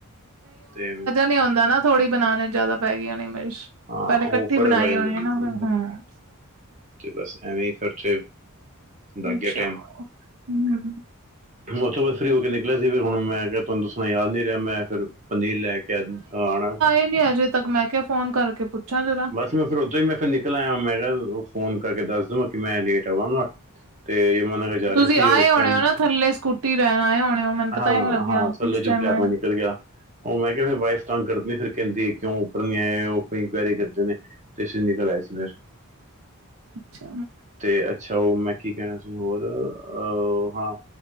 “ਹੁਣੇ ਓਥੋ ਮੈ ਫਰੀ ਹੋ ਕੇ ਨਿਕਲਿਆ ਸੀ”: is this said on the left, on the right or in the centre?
Right